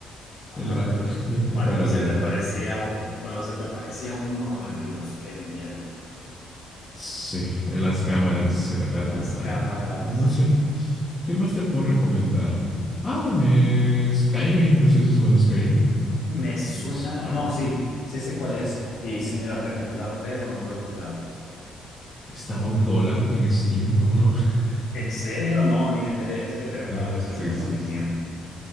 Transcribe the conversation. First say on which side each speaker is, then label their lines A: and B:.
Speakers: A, on the left; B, on the left.
A: Ay,
B: El rap.
A: pero
B: <laughs>
A: cuando
B: Bueno, olvídalo.
A: se te aparecía, u- cuando se te aparecía uno, ay Dios, qué miedo.
B: Sí, en las cámaras era
A: En
B: total.
A: las cámaras
B: No
A: y
B: sé. ¿Qué más te puedo recomendar? Ah, eh, Skyrim. No sé si has jugado Skyrim.
A: me suena,
B: El Skyrim.
A: no, sí, sí sé cuál es y sí me lo han recomendado, pero no lo he jugado.
B: Estaba a un dólar en Steam, ¿cómo no? <laughs>
A: ¿En serio? No, ni me enteré. Es que de verdad
B: Sí,
A: a veces
B: sí,
A: no tengo
B: sí.
A: ni
B: sí.
A: tiempo.